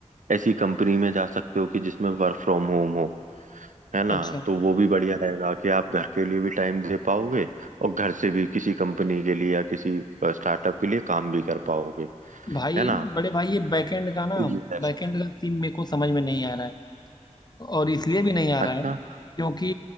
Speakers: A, on the right (about 85°); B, on the left (about 35°).
A: ऐसी कंपनी में जा सकते हो कि जिसमें वर्क फ्रॉम होम हो है ना
B: अच्छा
A: तो वो भी बढ़िया रहेगा कि आप घर के लिए भी टाइम दे पाओगे और घर से भी किसी कंपनी के लिए या किसी स्टार्टअप के लिए काम भी कर पाओगे
B: भाई
A: है ना
B: बड़े भाई ये बैकएंड का ना
A: तो ये है
B: बैकएंड का सीन मेरे को समझ में नहीं आ रहा है और इसलिए भी नहीं आ
A: अच्छा
B: रहा है क्योंकि